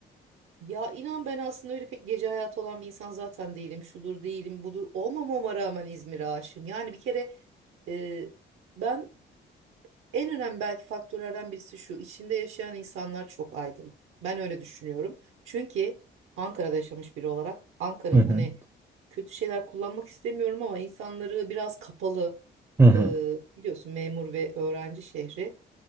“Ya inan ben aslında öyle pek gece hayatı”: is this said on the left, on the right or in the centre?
Right